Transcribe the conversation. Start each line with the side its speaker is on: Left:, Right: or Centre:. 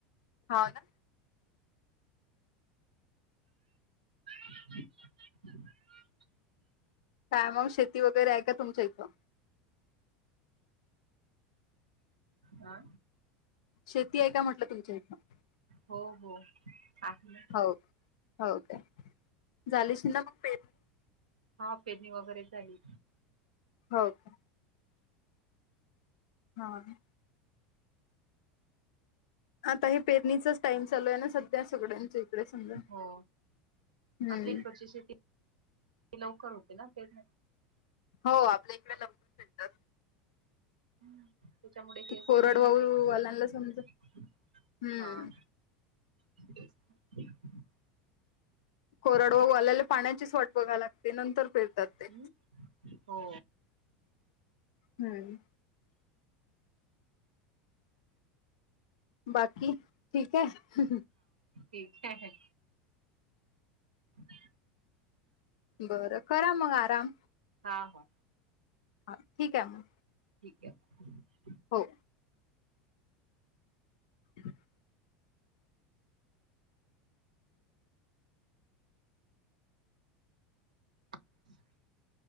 Left: हो ना
Right: <unintelligible>
Left: कायमग शेती वगैरे आहे का तुमच्या इथं
Right: आ
Left: शेती आहे का म्हटलं तुमचं हथनं
Right: हो हो आहे ना
Left: हो हो का झालीश ना मग पेरणी
Right: हां पेरणी वगैरे झाली.
Left: हो का हां. आता हे पेरणीचाच टाइम चालू आहे ना सध्या सगळ्यांच इकडे समजा.
Right: हो
Left: हम्म
Right: आपल्या इकडची शेती लवकर होते ना पेरण्या?
Left: हो आपल्या इकडे लवकर भेटतात.
Right: हम्म त्याच्यामुळे की
Left: ते
Right: असं
Left: कोरडवाहू
Right: हे नाही आहे
Left: वाल्यांना समजा हम्म
Right: हा ब
Left: कोरड वाहू वाल्याले पाण्याची स् वाट बघाय लाग ते नंतर फिरतात ते
Right: हम्म हो
Left: हम्म बाकी ठीक आहे
Right: क ह
Left: बरं खरा मग आराम
Right: हा हा
Left: हा ठीक आहे मग
Right: ठीक आहे
Left: हो हम
Right: ह